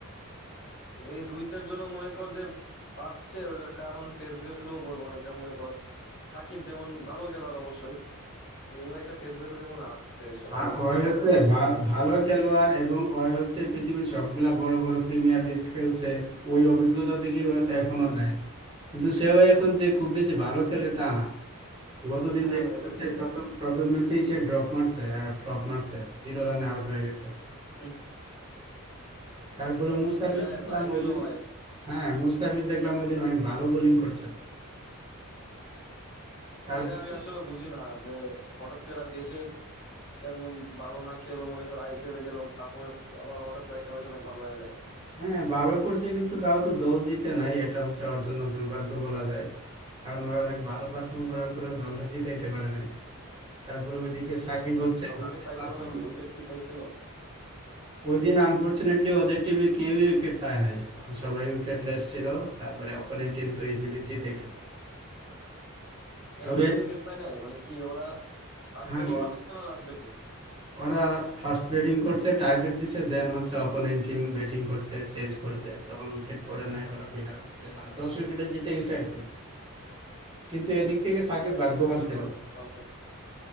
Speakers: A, on the left; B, on the right.
A: তো এই দুই চার জন্য মনে কর যে পাচ্ছে ওটার কারণ ফেস ভ্যালু বলবো অনেকটা মনে কর সাকিব যেমন ভালো খেলোয়াড় অবশ্যই তো ওর একটা ফেস ভ্যালু যেমন আছে সব
B: ভা-
A: জায়গায় যেমন
B: ওই
A: পিএসএল
B: হচ্ছে
A: এ কয়দিন
B: ভা-
A: আগে নিচে
B: ভালো
A: দেখলাম
B: খেলোয়াড় এবং ওই হচ্ছে পৃথিবীর সবগুলা বড় বড় প্রিমিয়ার লিগ খেলছে ওই অভিজ্ঞতা থেকেই হয়তো
A: হ্যাঁ
B: এখনো
A: হ্যাঁ
B: নেয় কিন্তু সেও এখন যে খুব বেশি ভালো খেলে তা না গতদিন
A: হ্যাঁ,
B: দেখতে
A: এটা
B: হচ্ছে
A: ঠিক
B: প্রথম প্রথম ম্যাচেই সে ড্রপ মারছে ফ্লপ মারছে জিরো রানে আউট হয়ে গেছে
A: হুম,
B: তারপরে মুস্তাফিজ
A: এটা এটা
B: দেখলাম
A: তো আইপিএল
B: ওইদিন
A: হয়
B: হ্যাঁ মুস্তাফিজ দেখলাম ওইদিন অনেক ভালো বোলিং করছে তারপরে
A: এরা আমি আসলে বুঝি না যে হঠাৎ করে এরা দেশের তেমন ভালো না খেলো মনে কর আইপিএল এ গেলো পারফরমেন্স আবার হঠাৎ করে একটা ম্যাচ অনেক ভালো হয়ে যায়
B: হ্যাঁ ভালো করছে কিন্তু তাও তো দল জিতে নাই এটা হচ্ছে ওর জন্য দুর্ভাগ্য বলা যায় কারণ ও অনেক ভালো পারফর্ম করার পরেও দলটা জিতাইতে পারে নাই তারপরে ওইদিকে সাকিব হচ্ছে
A: আচ্ছা উইকেট
B: বাজে
A: পাইছিল
B: পারফর্ম
A: নাকি উইকেট কি পাইছিল
B: ওইদিন আনফরচুনেটলি ওদের টিমের কেউই উইকেট পায় নাই সবাই উইকেটলেস ছিল তারপরে অপোনেন্ট টিম তো ইজিলি জিতে গেল তবে
A: একজন উইকেট পায় নাই মানে কি ওরা ফার্স্ট
B: হ্যাঁ
A: ব্যাটিং করছে না লাস্ট ব্যাটিং
B: ওরা ফার্স্ট ব্যাটিং করছে টার্গেট দিছে দেন হচ্ছে অপোনেন্ট টিম ব্যাটিং করছে চেজ করছে তখন উইকেট পড়ে নাই ওরা বিনা উইকেটে মানে দশ উইকেটে জিতে গেছে আর কি কিন্তু এদিক থেকে সাকিব
A: তাইলে
B: ভাগ্যবান
A: তো মনে
B: ছিল
A: কর ভালো খেলছে।